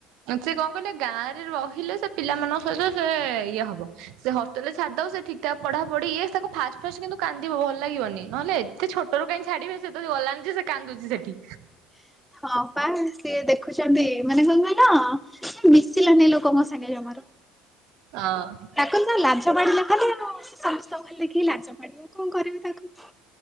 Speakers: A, on the right (about 65°); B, in the centre.
A: ସେ କଣ କହିଲେ ଗାଁରେ ରହିଲେ ସେ ପିଲା ମାନଙ୍କ ସହି ସେ ଇଏ ହବ। ସେ ହଷ୍ଟେଲ ରେ ଛାଡିଦବ ସେ ଠିକ୍ ଠାକ୍ ପଢା ପଢି ଇଏ ତାକୁ ଫାଷ୍ଟ ଫାଷ୍ଟ କିନ୍ତୁ କାନ୍ଦିବ ଭଲ ଲାଗିବନି। ନହେଲେ ଏତେ ଛୋଟରୁ କାହିଁ ଛାଡିବେ। ସେତ ଗଲାଣି ଯେ ସେ କାନ୍ଦୁଛି ସେଠି।
B: ହଁ ପା ସିଏ ଦେଖୁଛନ୍ତି ମାନେ କଣ କହିଲ ସେ ମିଶିଲାନି ଲୋକଙ୍କ ସାଙ୍ଗେ ଜମାରୁ।
A: ହଁ।
B: କହିଲ ଲାଜ ମାଡିଲା ଖାଲି ଆଉ ସମସ୍ତଙ୍କୁ ଦେଖିକି ଲାଜ ମାଡିବ କଣ କରିବି ତାକୁ।